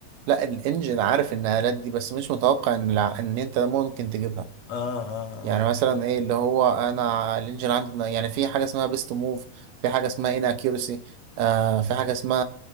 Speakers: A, on the right; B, on the left.
A: لا الانجن عارف النقلات دي بس مش متوقع ان الع- ان انت ممكن تجيبها
B: اه اه
A: يعني
B: اه
A: مثلا ايه اللي هو انا الانجن عندنا يعني في حاجه اسمها بيست موف في حاجه اسمها ان اكيورسي آه في حاجه اسمها